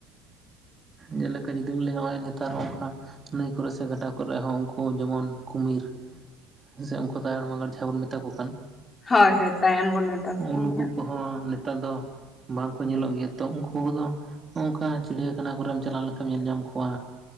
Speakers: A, on the right; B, on the left.
A: ᱡᱮᱞᱮᱠᱟ ᱡᱩᱫᱤᱢ ᱞᱮᱭᱟ ᱦᱚᱸᱜᱼᱚᱭ ᱱᱮᱛᱟᱨ ᱦᱚᱸᱜ-ᱚᱱᱠᱟ ᱱᱟᱹᱭ ᱠᱚᱨᱮ ᱥᱮ ᱜᱟᱰᱟ ᱠᱚᱨᱮᱜ ᱦᱚᱸ ᱩᱱᱠᱩ ᱡᱮᱢᱚᱱ ᱠᱩᱢᱤᱨ ᱥᱮ ᱩᱱᱠᱩ ᱛᱟᱭᱟᱲ ᱢᱟᱜᱟᱲ ᱡᱟᱦᱟᱸ ᱵᱚᱱ ᱢᱮᱛᱟ ᱠᱚ ᱠᱟᱱ
B: ᱦᱳᱭ ᱦᱳᱭ ᱛᱟᱭᱟᱱ ᱵᱚᱱ ᱢᱮᱛᱟ
A: ᱦᱩᱸᱜ-ᱩᱸ
B: ᱠᱚᱣᱟ
A: ᱱᱩᱠᱩ ᱠᱚᱦᱚᱸ ᱱᱮᱛᱟᱨ ᱫᱚ ᱵᱟᱝᱠᱚ ᱧᱮᱞᱚᱜ ᱜᱮᱭᱟ ᱛᱚ ᱩᱱᱠᱩ ᱠᱚᱫᱚ ᱱᱚ ᱚᱝᱠᱟ ᱪᱲᱭᱟᱠᱷᱟᱱᱟ ᱠᱚᱨᱮᱢ ᱪᱟᱞᱟᱣ ᱞᱮᱱᱠᱷᱟᱱ ᱧᱮᱞ ᱧᱟᱢ ᱠᱚᱣᱟ᱾